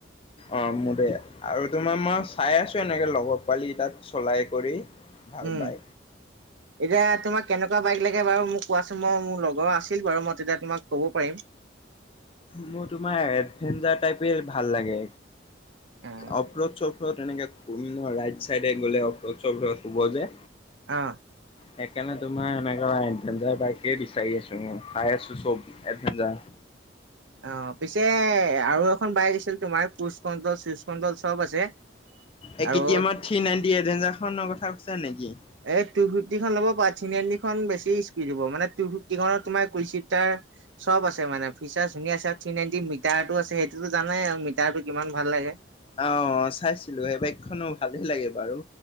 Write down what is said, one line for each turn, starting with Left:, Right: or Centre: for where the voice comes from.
Left: অ' মোৰে আৰু তোমাৰ মই চাই আছোঁ এনেকে লগৰ পোৱালি তাত চলাই কৰি। ভাল
Right: উম,
Left: পাই,
Right: এতিয়া তোমাক কেনেকুৱা বাইক লাগে বাৰু মোক কোৱাচোন। মই মোৰ লগ লগৰ আছিল বাৰু, মই তেতিয়া তোমাক ক'ব পাৰিম।
Left: মোৰ তোমাৰ এডভেঞ্চাৰ টাইপে ভাল লাগে।
Right: অ
Left: অপ্ৰ চপ্ৰত তেনেকে শূন্য ৰাই চাইড গ'লে অপ্ৰ চপ্ৰত থব যে।
Right: আ।
Left: সেইকাৰণে তোমাৰ এনেকুৱা এডভেঞ্চাৰ বাইকে বি চাৰি আছোঁ মই। পাই আছোঁ চব এডভেঞ্চাৰ।
Right: অ' পিছে আৰু এখন বাইক আছিলে তোমাৰ, কোচ কন্দল, চুচ কণ্ডল চব আছে।
Left: এ,
Right: আৰু
Left: কে টি এমৰ থি নাইনটি এভডেঞ্চাৰৰ কথা কৈছা নেকি?
Right: এই টু ফিফটিখন ল'ব পাৰ। থ্ৰী নাইনটিখন বেছি স্পকীড হ'ব, মানে টু ফিফটিখনৰ তোমাৰ কুইছিটাৰ চব আছে, মানে ফিচাৰ ধুনীয়া আছে, আৰু থ্ৰী নাইনটি মিটাৰটো আছে, সেইটোতো জানাই আৰু মিটাৰটো কিমান ভাল লাগে।
Left: অ' চাইছিলোঁ। সেই বাইকখনো ভালে লাগে বাৰু।